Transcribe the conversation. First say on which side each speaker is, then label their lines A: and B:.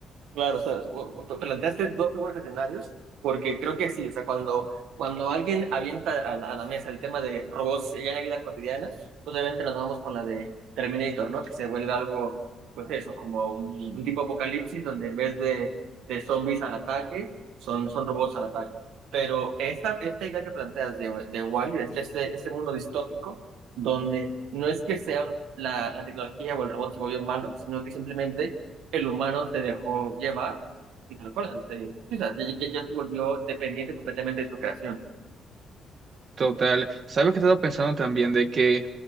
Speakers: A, on the right; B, on the right.
A: Claro, o sea, o- o- tú planteaste dos buenos escenarios, porque creo que sí, o sea, cuando, cuando alguien avienta a la, a la mesa el tema de robots ya en la vida cotidiana, pues obviamente nos vamos con la de Terminator, ¿no? Que se vuelve algo, pues eso, como un, un tipo apocalipsis donde en vez de, de zombies al ataque, son, son robots al ataque. Pero esta, esta idea que planteas de, de Wall-E, de este, este este mundo distópico, donde no es que sea la, la tecnología o el robot se vuelve malo, sino que simplemente el humano se dejó llevar y tal cual, se- sí, o sea, ya, ya- ya se volvió dependiente completamente de su creación.
B: Total. ¿Sabes que he estado pensando también de que,